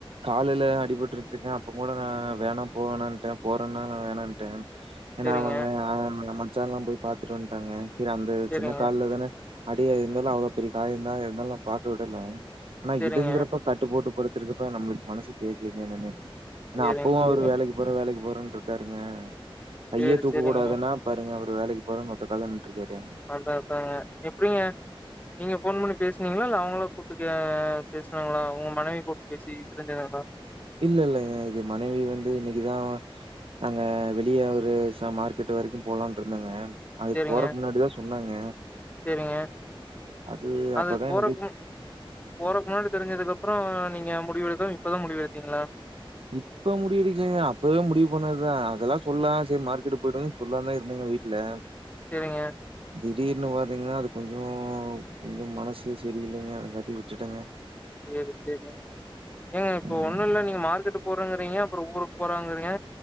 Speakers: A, on the right (about 70°); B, on the left (about 15°).
A: காலுல அடிபட்ருச்சிங்க அப்பக் கூட நா வேணாம் போவேனான்ட்ட போறன்னாங்க நா வேணான்ட்டன் ஏன்னா
B: சேரிங்க
A: அவுங்க ஆ எ மச்சான்ல்லா போய் பாத்துட்டு வன்ட்டாங்க சேர் அந்த
B: சேரிங்க
A: சின்னக் கால்ல தான அடியா இருந்தாலு அவ்ளோப் பெரிய காயந்தா இருந்தாலு நா பாக்க விடல ஆனா
B: சேரிங்க
A: இதுங்குறப்ப கட்டுப்போட்டுப் படுத்துருக்கப்ப நம்ப்ளுக்கு மனசு கேக்ளிங்க என்னன்னு எனா
B: சேரிங்க
A: அப்பவு
B: சேரிங்க
A: அவுரு வேலைக்கு போற வேலைக்கு போறன்ருக்காருங்க கைய
B: சேரி
A: தூக்க
B: சேரிங்க
A: கூடாதுன்னாப் பாருங்க அவரு வேலைக்கு போறன் ஒத்த கால்ல நின்ட்டுருக்காரு
B: அதான் அதாங்க எப்டிங்க நீங்க ஃபோன் பண்ணி பேசி ங்களா இல்ல அவுங்களா கூட்டு பேசுனாங்களா உங்க மனைவி கூட்டு பேசி தெரிஞ்சதுங்களா
A: இல்ல இல்ல இது மனைவி வந்து இன்னைக்கு தா நாங்க வெளிய ஒரு ச மார்க்கெட்டு வரைக்கும் போலான்ட்ருந்தங்க அதுக்கு
B: சேரிங்க
A: போறக் முன்னாடிதா சொன்னாங்க
B: சேரிங்க
A: அது
B: அதுக்கு
A: அப்பதான்
B: போறக்
A: எனக்கே
B: முன் போறக்கு முன்னாடி தெரிஞ்சதுக்கு அப்பறம் நீங்க முடிவெடுத்த இப்பதா முடிவு எடுத்தீங்களா
A: இப்ப முடிவெடிக்கலீங்க அப்பவே முடிவு பண்ணதுதா அதெல்லா சொன்னா சேரி மார்க்கெட்டு போய்ட்டு சொல்லான்தா இருந்தங்க வீட்ல
B: சேரிங்க
A: திடீர்னு பாத்தீங்கன்னா அது கொஞ்சம் கொஞ்சம் மனசு செரியில்லைங்க அது காட்டி விட்டுட்டங்க
B: சேரி சேரிங்க ஏங்க இப்ப
A: ம்
B: ஒன்னும் இல்ல நீங்க மார்க்கெட் போ போறங்குறீங்க அப்புறோ ஊருக்கு போறங்குறீங்க